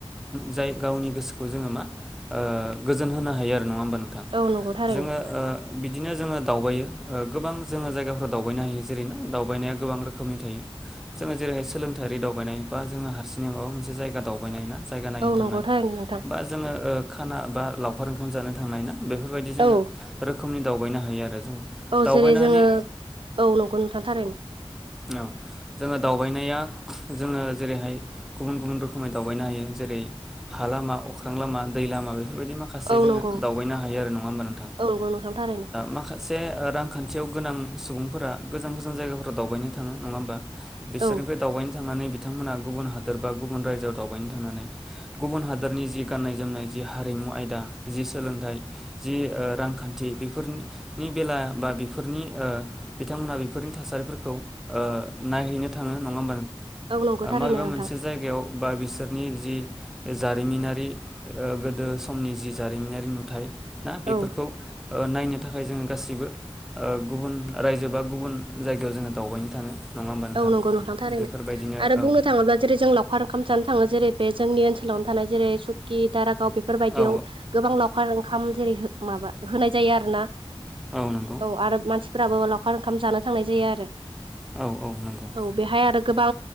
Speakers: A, in the centre; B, on the right.
A: जाय गावनि गोसोखौ जोङो मा गोजोन होनो हायो आरो नङा होमबा नोंथां
B: औ नंगौ थारैनो
A: जोङो बिदिनो जोङो दावबायायो गोबां जोङो जायगााव दावबायनो हायो जेरैनोा दावबायनाया गोबां रोखोमनि थायो जोङो जेरै जेरैहाय सोलोंथाइारि दावबायनाय बा जोङो हारसिंै माबा मोनसे जायगा दावबायनाय ना जायगा नायनो
B: औ
A: थांनाय
B: नंगौ थारैनो नोंथां
A: बा जोङो खाना बा लावखार ओंखाम जानो थांनाय ना बेफोरबायदि जोङो
B: औ
A: रोखोमनि दावबायनो हायो आरो जोङो
B: औ
A: दावबायनानै
B: जेरै जोङो औ नंगौ नोंथां थारैनो
A: औ जोङो दावबायनाया जोङो जेरैहाय गुबुन गुबुन रोखोमै दावबायनो हायो। जेरै हा लामा, अख्रां लामा, दै लामा बेफोरबायदि माखासे
B: औ
A: जोङो
B: नंगौ
A: दावबायनो हायो आरो नङा होमबा नोंथां
B: औ नंगौ नोंथां थारैनो
A: माखा से रांखान्थियाव गोनां सुबुंफोरा गोजान गोजान जायगाफोराव दावबायनो थाङो नङा होमबा बिसोरनिफ्राय
B: औ
A: दावबायनो थांनानै बिथांमोना गुबुन हादोर बा गुबुन रायजोआव दावबायनो थांनानै गुबुन हादोरनि जि गाननाय जोमनाय जि हारिमु आयदा जि सोलोंथाइ जि रांखान्थि बेफोरनि बेला बा बेफोरनि बिथांमोनहा बेफोरनि थासारिफोरखौ नायहैनो थाङो नङा होम
B: औ नंगौ थारैनो
A: माबाबे
B: नोंथां
A: मोनसे जायगायाव बाद बिसोरनि जि जारिमिनारि ओ गोदो समनि जि जारिमिनारि नुथ ना बेफोरखौ
B: औ
A: ओ नायनो थाखाय जोङो गाैबो ओ गुबुन रायजो बा गुबुन जायगायाव जोङो दावबायनो थाङो। नङा होमबा नोंथां
B: औ नंगौ नोथां थारैनो
A: बेफोरबायदिनो
B: आरो
A: औ
B: बुंनो थाङोब्ला जेरै जों लावखार ओंखाम जानो थाङो जेरै बे जोंनि ओनसोलावनो थानाय जेरै सुक्कि दारागाव बेफोरबायदियाव
A: औ
B: गोबां लावखार ओंखाम जेरै हो माबा होनाय जायो आरोना
A: औ नंगौ
B: औ आरो मसि फोराबो लावखार ओंखाम जानो थांनाय जायो आरो
A: औ औ नंगौ
B: औ बेहाय आरो गोबां